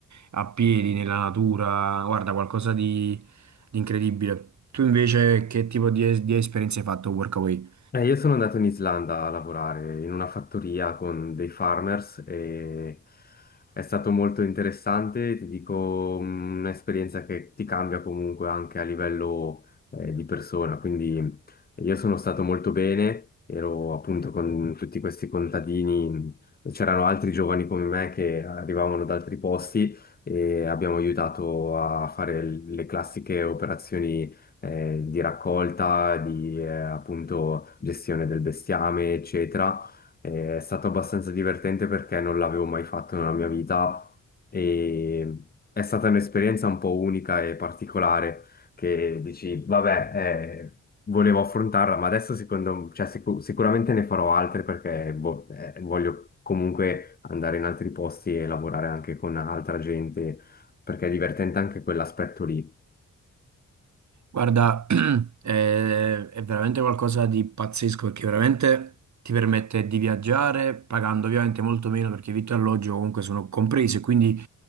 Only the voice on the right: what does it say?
a piedi nella natura, guarda, qualcosa di, di incredibile. Tu invece che tipo di, di esperienze hai fatto a Workaway?
Guarda, <clears throat> è, è veramente qualcosa di pazzesco perché veramente ti permette di viaggiare pagando ovviamente molto meno perché vitto e alloggio comunque sono comprese, quindi